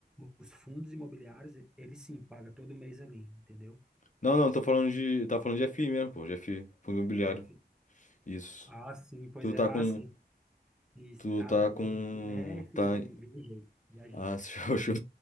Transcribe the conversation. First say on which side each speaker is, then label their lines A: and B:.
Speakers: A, in the centre; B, on the left (about 45°).
A: os fundos imobiliários, eles sim, paga todo mês ali, entendeu?
B: Não, não, tô falando de. Tá falando de FI mesmo, pô. De FI, fundo imobiliário.
A: É,
B: Isso.
A: ah, sim, pois
B: Tu
A: é,
B: tá
A: ah,
B: com.
A: sim, isso,
B: Tu
A: ah,
B: tá
A: tá,
B: com.
A: entendi. É, fi-
B: Tá.
A: viajei, viajei.
B: Ah, <laughs> você já achou-